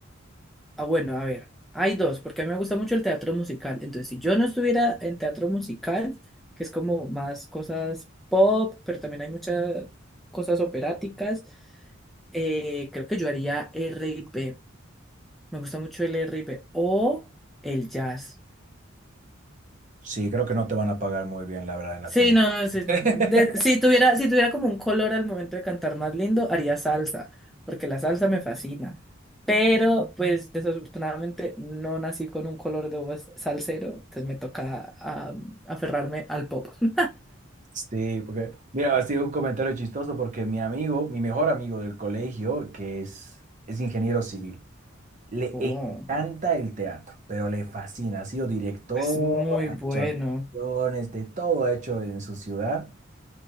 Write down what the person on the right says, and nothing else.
Sí, creo que no te van a pagar muy bien, la verdad, en Latinoamérica.
<laughs>
Sí, porque, mira, así un comentario chistoso porque mi amigo, mi mejor amigo del colegio, que es, es ingeniero civil. Le
encanta el teatro, pero le fascina. Ha sido director,
ha
hecho actuaciones, de todo ha hecho en su ciudad,